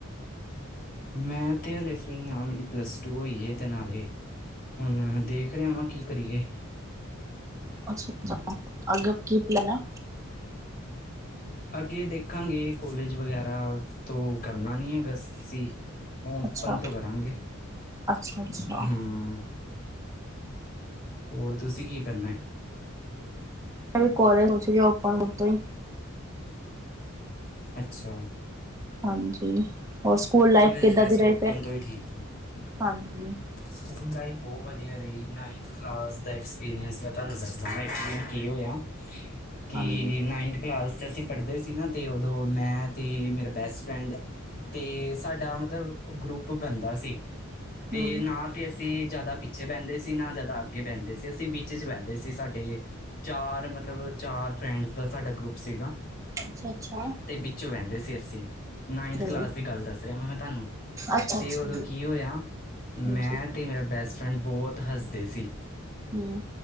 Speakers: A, on the left; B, on the right.
A: ਮੈਂ ਤੇ ਅਲੇ ਫਰੀ ਆ ਮਰੇ ਪਲੱਸ ਟੂ ਹੋਈ ਤੇ ਨਾਲੇ ਹੁਣ ਦੇਖ ਰਿਹਾ ਵਾਂ ਕੀ ਕਰੀਏ।
B: ਅੱਛਾ-ਅੱਛਾ ਅੱਗੇ ਦਾ ਕੀ ਪਲੈਨ ਆ?
A: ਅੱਗੇ ਦੇਖਾਂਗੇ ਕੋਲੇਜ ਵਗੈਰਾ, ਤੋਂ ਕਰਨਾ ਨਹੀਂ ਹੈਗਾ ਸੀ। ਉਹ ਓਪਨ
B: ਅੱਛਾ
A: ਤੋਂ ਕਰਾਂਗੇ,
B: ਅੱਛਾ ਅੱਛਾ
A: ਹੂੰ। ਹੋਰ ਤੁਸੀਂ ਕੀ ਕਰਨਾ ਏ?
B: ਮੈਂ ਵੀ ਕੋਲਜ ਪਹੁੰਚ ਗਈ ਓਪਨ <unintelligible>
A: ਅੱਛਾ
B: ਹਾਂਜੀ, ਹੋਰ ਸਕੂਲ
A: ਕੋਲੇਜ
B: ਲਾਈਫ ਕਿਦਾਂ
A: ਵੈਸੇ
B: ਦੀ ਰਹੀ
A: ਓਪਨ
B: ਫਿਰ?
A: ਤੋਂ ਹੀ ਠੀਕ ਨੇ
B: ਹਾਂਜੀ
A: ਸਕੂਲ ਲਾਈਫ ਬਹੁਤ ਵਧੀਆ ਰਹੀ ਨਾਈਨਥ ਕਲਾਸ ਦਾ ਐਕਸਪੀਰੀੰਸ ਮੈਂ ਤੁਹਾਨੂੰ ਦੱਸਦਾ। ਕੀ ਹੋਇਆ, ਕਿ
B: ਹਾਂਜੀ
A: ਨਾਈਨਥ ਕਲਾਸ ਚ ਅਸੀਂ ਪੜ੍ਹਦੇ ਸੀ ਨਾ ਤੇ ਉਦੋਂ ਮੈਂ ਤੇ ਮੇਰਾ ਬੈਸਟ ਫਰੈਂਡ ਤੇ ਸਾਡਾ ਮਤਲਬ ਗਰੁੱਪ ਬਣਦਾ ਸੀ, ਤੇ
B: ਹੂੰ
A: ਨਾ ਨਾ ਤੇ ਅਸੀਂ ਜ਼ਿਆਦਾ ਪਿੱਛੇ ਬਹਿੰਦੇ ਸੀ ਨਾ ਜ਼ਿਆਦਾ ਅੱਗੇ ਬਹਿੰਦੇ ਸੀ ਅਸੀਂ ਵਿੱਚ ਚ ਬਹਿੰਦੇ ਸੀ ਸਾਡੇ ਚਾਰ ਮਤਲਬ ਚਾਰ ਫਰੈਂਡਸ ਦਾ ਸਾਡਾ ਗਰੁੱਪ ਸੀਗਾ।
B: ਅੱਛਾ-ਅੱਛਾ।
A: ਤੇ ਵਿੱਚੋਂ ਵਹਿੰਦੇ ਸੀ ਅਸੀਂ ਨਾਈਨਥ ਕਲਾਸ
B: ਜੀ
A: ਦੀ ਗੱਲ ਦੱਸ ਰਿਹਾ ਵਾ ਮੈਂ ਤੁਹਾਨੂੰ,
B: ਅੱਛਾ
A: ਤੇ
B: ਅੱਛਾ
A: ਉਦੋਂ
B: ਜੀ
A: ਕੀ ਹੋਇਆ
B: ਹਾਂਜੀ
A: ਮੈਂ ਅਤੇ ਮੇਰਾ ਬੈਸਟ ਫਰੈਂਡ ਬਹੁਤ ਹੱਸਦੇ ਸੀ
B: ਹੂ